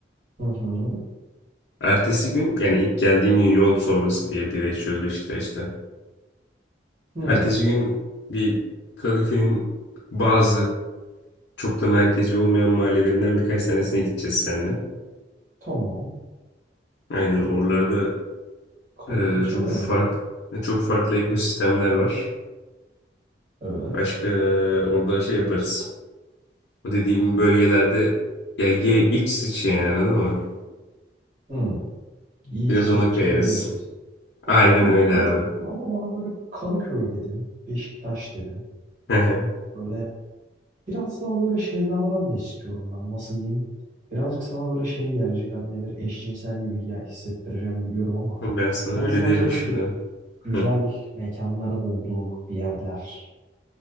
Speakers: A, on the right (about 45°); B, on the left (about 75°).
A: Hı hı.
B: Ertesi gün yani ilk geldiğin gün yol sonrası diye bira içiyoruz Beşiktaş'ta.
A: Hı.
B: Ertesi gün bir Kadıköy'ün bazı çok da merkezi olmayan mahallelerinden birkaç tanesine gideceğiz seninle.
A: Tamam.
B: Aynen oralarda
A: Kadıköy
B: e,
A: severim
B: çok fark
A: ben.
B: çok farklı ekosistemler var.
A: Evet.
B: Başka orada şey yaparız. O dediğim bölgelerde ya ye iç sıç yani anladın mı?
A: Hı. Yiyeceğiz,
B: Biraz ona
A: içeceğiz,
B: kayarız.
A: gezeceğiz.
B: Aynen
A: Olur,
B: öyle
A: olur,
B: abi.
A: olur. Ama bana böyle Kadıköy dedin, Beşiktaş dedin.
B: Hı hı.
A: Böyle biraz daha böyle şeylerden de istiyorum ben. Nasıl diyeyim? Birazcık sana böyle şey gelecek adı nedir? Eşcinsel gibi ya hissettireceğim biliyorum ama
B: Ben sana
A: biraz
B: öyle
A: daha
B: derim
A: böyle
B: şimdi.
A: şey güzel
B: Hı.
A: mekanların olduğu bir yerler.